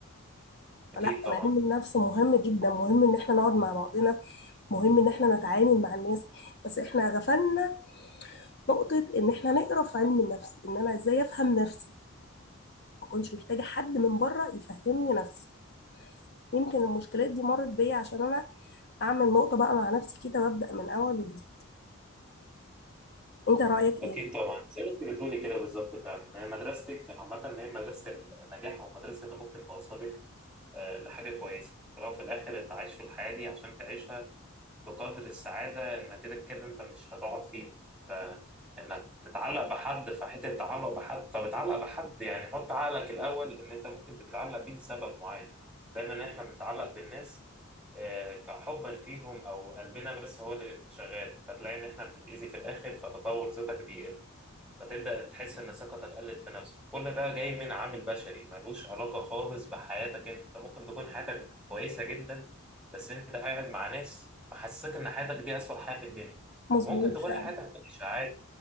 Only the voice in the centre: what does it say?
اكيد
طبعا
اكيد طبعا زي ما انت بتقولي كده بالظبط فعلا يعني مدرستك عامه هي مدرسه النجاح او المدرسه اللي ممكن توصلك آه، لحاجه كويسه في الاول وفي الاخر انت عايش في الحياه دي عشان تعيشها بقدر السعادة إن كده كده أنت مش هتقعد فيها أنت إنك تتعلق بحد فحتة التعلق بحد طب اتعلق بحد يعني حط عقلك الأول إن أنت ممكن تتعلق بيه لسبب معين دايما إحنا بنتعلق بالناس آه، كحبا فيهم أو قلبنا بس هو اللي بيبقى شغال فتلاقي إن إحنا بنتأذي في الآخر فتطور ذاتك بيقل فتبدأ تحس إن ثقتك قلت في نفسك كل ده جاي من عامل بشري ملوش علاقة خالص بحياتك أنت أنت ممكن تكون حياتك كويسة جدا بس أنت قاعد مع ناس محسسك إن حياتك دي أسوأ حياة في الدنيا
ممكن تكون
حياتك وحشة